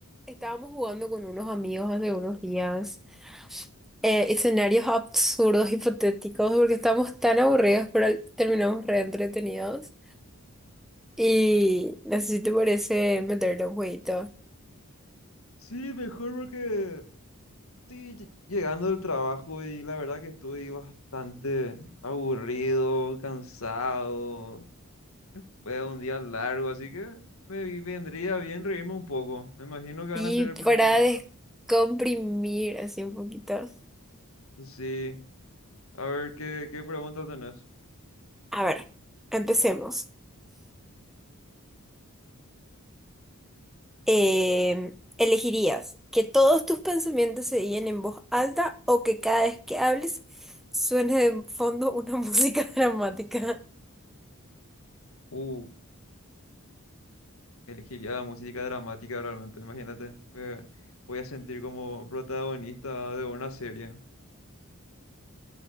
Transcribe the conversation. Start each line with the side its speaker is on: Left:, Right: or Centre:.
Centre: Estábamos jugando con unos amigos hace unos días eh, escenarios absurdos, hipotéticos, porque estábamos tan aburridos, pero al- terminamos re entretenidos. Y no sé si te parece meterle un jueguito.
Left: Sí, mejor porque estoy lle- llegando del trabajo y la verdad que estoy bastante aburrido, cansado. Fue un día largo, así que me vi- vendría bien reírme un poco. Me imagino que van
Centre: Y
Left: a hacer preguntas.
Centre: para descomprimir así un poquito.
Left: Sí, a ver qué, qué preguntas tenés.
Centre: A ver, empecemos. Em, ¿elegirías que todos tus pensamientos se digan en voz alta o que cada vez que hables suene de fondo una <laughs> música dramática?
Left: Uh, elegiría la música dramática realmente, imagínate. Me voy a sentir como protagonista de una serie.